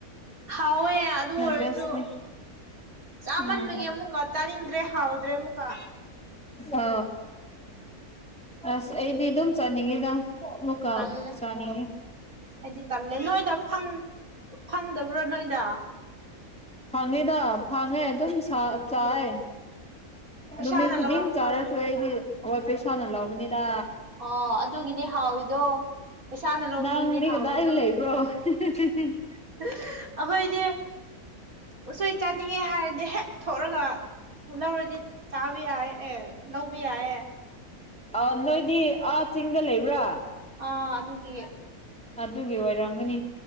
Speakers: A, on the right (about 65°); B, in the centre.
A: ꯍꯥꯎꯋꯦ ꯑꯗꯨ ꯑꯣꯏꯔꯁꯨ
B: ꯕꯦꯁꯅꯦ
A: ꯆꯥꯃꯟꯕꯒꯤ
B: ꯎꯝ
A: ꯑꯃꯨꯛꯀ ꯇꯥꯅꯤꯡꯗ꯭ꯔꯦ ꯍꯥꯎꯗ꯭ꯔꯦ ꯑꯃꯨꯛꯀ
B: ꯑ ꯑꯁ ꯑꯩꯗꯤ ꯑꯗꯨꯝ ꯆꯠꯅꯤꯡꯉꯤꯗ ꯀ
A: ꯇꯜꯂꯦ
B: ꯁꯅꯤ
A: ꯑꯩꯗꯤ ꯇꯜꯂꯦ ꯅꯣꯏꯗ ꯐꯝ ꯐꯪꯗꯕ꯭ꯔ ꯅꯣꯏꯗ
B: ꯐꯪꯉꯦꯗ ꯐꯪꯉꯦ ꯑꯗꯨꯝ ꯁꯥꯎ ꯆꯥꯎ ꯌꯦ
A: ꯄꯩꯁꯥꯅ
B: ꯅꯨꯃꯤꯠ ꯈꯨꯗꯤꯡ
A: ꯂꯧꯔꯛꯄ꯭ꯔꯣꯅ
B: ꯆꯥꯔꯁꯨ ꯑꯩꯗꯤ ꯋꯥꯏ ꯄꯩꯁꯥꯅ ꯂꯧꯒꯅꯤꯗ
A: ꯑꯣ ꯑꯗꯨꯒꯤꯅꯦ ꯍꯥꯎꯋꯤꯗꯣ ꯄꯩꯁꯥꯅ ꯂꯧꯕꯒꯤꯅꯦ
B: ꯅꯪꯗꯤ
A: ꯍꯥꯎꯋꯤꯗꯣ
B: ꯀꯗꯥꯏꯗ <unintelligible>
A: <unintelligible> ꯑꯈꯣꯏꯗꯤ ꯎꯁꯣꯏ ꯆꯥꯅꯤꯡꯉꯦ ꯍꯥꯏꯔꯗꯤ ꯍꯦꯛ ꯊꯣꯛꯂꯒ ꯂꯧꯔꯗꯤ ꯆꯥꯕ ꯌꯥꯏ ꯑꯦ ꯂꯧꯕ‌ ꯌꯥꯏ
B: ꯑ ꯅꯣꯏꯗꯤ ꯑꯥ ꯆꯤꯡꯗ ꯂꯩꯕ꯭ꯔꯥ
A: ꯑꯥ ꯑꯗꯨꯒꯤ
B: ꯑꯗꯨꯒꯤ ꯑꯣꯏꯔꯝꯒꯅꯤ